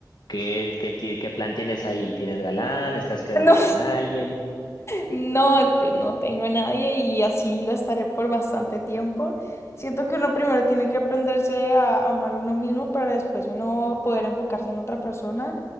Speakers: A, on the left (about 70°); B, on the left (about 35°).
A: qué, qué, ti- qué plan tienes ahí? ¿Tienes galán? ¿Estás quedando
B: No,
A: con alguien?
B: No, yo no tengo a nadie y así lo estaré por bastante tiempo. Siento que uno primero tiene que aprenderse a amar a uno mismo para después uno poder enfocarse en otra persona.